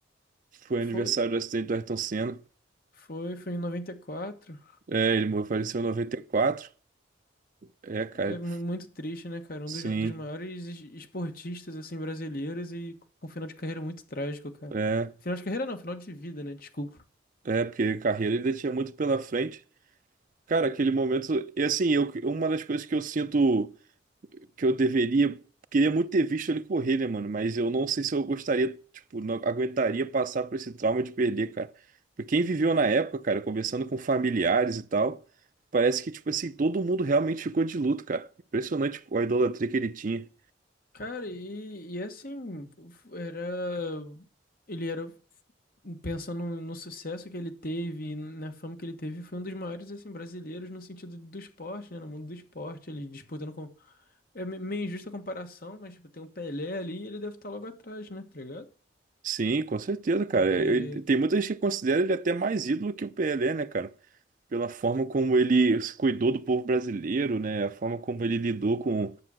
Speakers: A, on the right; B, on the left.
A: Foi
B: Foi,
A: aniversário do acidente do Ayrton Senna.
B: foi, foi em 94.
A: É, ele morreu- faleceu em 94. É, cara,
B: É mu- muito triste, né, cara?
A: sim.
B: Um dos, dos maiores es- esportistas, assim, brasileiros e com um final de carreira muito trágico, cara.
A: É,
B: Final de carreira não, final de vida, né? Desculpa.
A: é, porque carreira ele ainda tinha muito pela frente. Cara, aquele momento. E assim, eu, uma das coisas que eu sinto. que eu deveria. Queria muito ter visto ele correr, né, mano? Mas eu não sei se eu gostaria, tipo, não aguentaria passar por esse trauma de perder, cara. Porque quem viveu na época, cara, conversando com familiares e tal, parece que, tipo assim, todo mundo realmente ficou de luto, cara. Impressionante a idolatria que ele tinha.
B: Cara, e, e assim, f- era. Ele era. Pensando no sucesso que ele teve, e na fama que ele teve, foi um dos maiores, assim, brasileiros no sentido do esporte, né? No mundo do esporte, ele disputando com. É me- meio injusta a comparação, mas tipo, tem um Pelé ali e ele deve estar logo atrás, né? Tá ligado?
A: Sim, com certeza, cara.
B: Porque.
A: Eu- tem muita gente que considera ele até mais ídolo que o PLé, né, cara? Pela forma como ele se cuidou do povo brasileiro, né? A forma como ele lidou com,